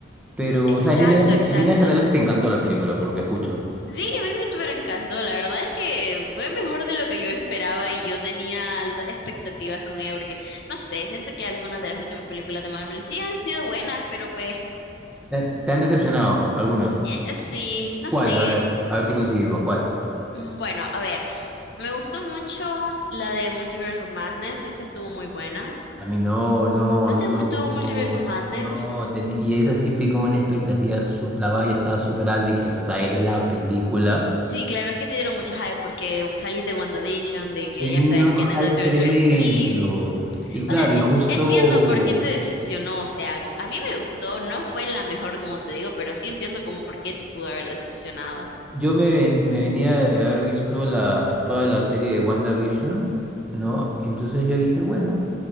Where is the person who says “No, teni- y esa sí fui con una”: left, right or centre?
Centre